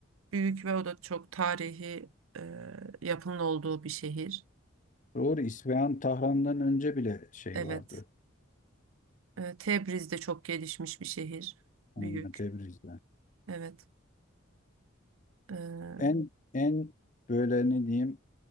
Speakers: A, on the right (about 80°); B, on the left (about 40°).
A: büyük ve o da çok tarihi e, yapının olduğu bir şehir.
B: Doğru İsfahan Tahran'dan önce bile şey
A: Evet.
B: vardı.
A: E, Tebriz de çok gelişmiş bir şehir.
B: Yani
A: Büyük.
B: Tebriz'de.
A: Evet. Ee,
B: En en böyle ne diyeyim